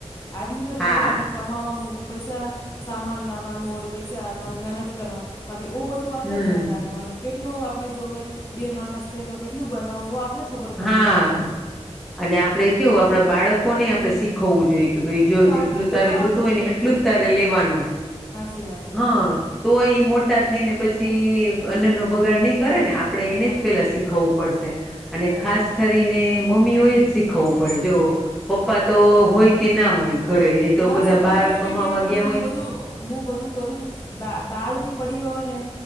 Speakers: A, on the left (about 35°); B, in the centre.
A: આદમી તો
B: હા
A: ખાલી આપણે કમાવાનું પૈસા સામાન લાવવાનું હોય પૈસા હાલવાનું મહેનત કરવાનું બાકી ઓવ બધું આપને
B: હમ
A: ધ્યાન રાખવાનું કેટલું આપણે જોવે બે માણસ છે તો કેટલું બનાવ આપણે ખબર પડવી
B: હા
A: જોવે
B: અને આપડે કેવું આપડા બાળકોને આપણે શીખવવું જોઈએ કે ભાઈ જો
A: તો
B: જેટલું
A: આપ ઓ
B: તારે
A: તો
B: જોતું હોય ને એટલું જ તારે લેવાનું
A: અચી વાત હે.
B: હ તો એઈ મોટા થઈ ને પછી અન્ન નો બગાડ નહી કરે ને આપે આપણે એને
A: હા
B: જ પેલા શીખવવું પડશે અને
A: સાચી
B: ખાસ
A: વાત
B: કરીને મમ્મીઓ એ જ શીખવવું પડે જો પપ્પા તો હોય કે ના હોય ઘરે એ તો
A: મારા
B: બધા
A: છોકરાએ
B: બહાર
A: તો એવી
B: કમાવા
A: ટેવ પડી
B: ગયા
A: મેં
B: હોય
A: બધું હું બધું કરું છું દા દાળ બી પડી હોય ને